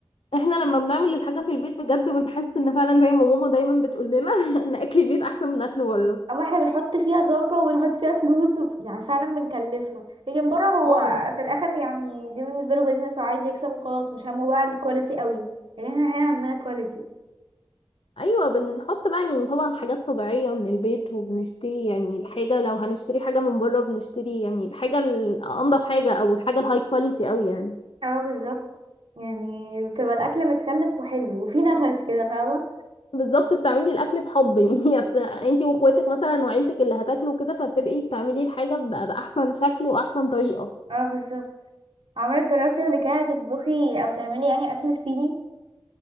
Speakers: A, on the left; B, on the right.
A: احنا لما بنعمل الحاجه في البيت بجد بنحس ان فعلا زي ما ماما دايما بتقول لنا <laughs> ان اكل البيت احسن من اكل بره
B: اما احنا بنحط فيها طاقة وبنحط فيها فلوس وب... يعني فعلا بنكلفها لكن بره هو
A: اه
B: في الاخر يعني دي بالنسبة له بيزنس وعايز يكسب وخلاص مش همه بقى الكواليتي قوي لكن احنا هنا همنا كواليتي
A: ايوه بنحط بقى يعني طبعا حاجات طبيعيه من البيت وبنشتري يعني الحاجه لو هنشتري حاجه من بره بنشتري يعني الحاجه الانضف حاجه او الحاجه الهاي كواليتي قوي يعني
B: اه بالظبط يعني بتبقى الاكل متكلف وحلو وفي نفس كده فاهمة
A: بالظبط بتعملي الاكل بحب يعني <laughs> اصل انتي واخواتك مثلا وعيلتك اللي هتاكلوا كده فبتبقي بتعملي الحاجه ب- باحسن شكل واحسن طريقه
B: اه بالظبط عمرك جربتي قبل كده تطبخي او تعملي يعني اكل صيني